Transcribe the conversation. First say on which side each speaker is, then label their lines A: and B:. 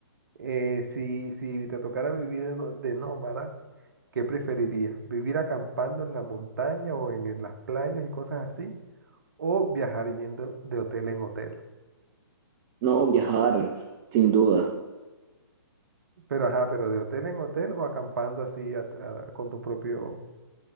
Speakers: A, on the right (about 55°); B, on the right (about 25°).
A: Eh, si, si te tocara vivir de, nó- de nómada, ¿qué preferirías? ¿Vivir acampando en la montaña o en en las playas y cosas así? O viajar yendo de hotel en hotel.
B: No, viajar, sin duda.
A: Pero ajá, pero de hotel en hotel o acampando así a- a- con tu propio,